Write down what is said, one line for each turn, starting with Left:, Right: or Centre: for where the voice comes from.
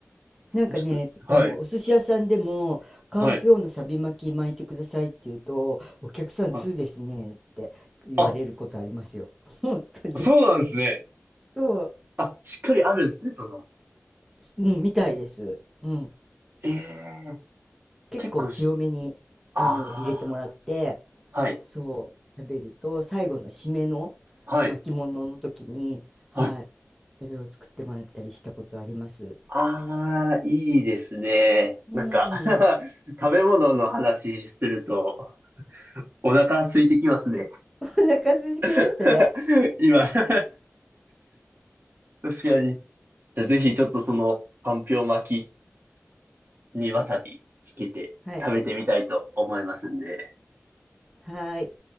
Centre: なんかね、
Right: <laughs> ちょっと、
Centre: あの、
Right: はい。
Centre: お寿司屋さんでも、かんぴょうのサビ巻き巻いてくださいって言うと、
Right: はい。
Centre: お客さん通ですねって言われることありますよ。
Right: はい。あ、
Centre: <laughs> 本当に。
Right: そうなんですね。
Centre: そう。
Right: あ、しっかりあるんですね、その。
Centre: うん、みたいです。うん。
Right: ええ
Centre: 結構強めに、
Right: 結構し、あ
Centre: あの、入れてもらって、
Right: あ、はい。
Centre: そう、食べると、最後の締めの
Right: はい。
Centre: 巻物の時に、はい、
Right: あ、
Centre: それを作ってもらったりしたことあります。
Right: ああ、いいですね。
Centre: うん。
Right: なんか <laughs> 食べ物の話すると、お腹空いてきますね。
Centre: <laughs> お腹空いてきましたね。
Right: <laughs> 今 <laughs> 確かに。じゃあぜひちょっとその、かんぴょう巻きにわさびつけて食べてみたいと思いますんで。
Centre: はい。はーい。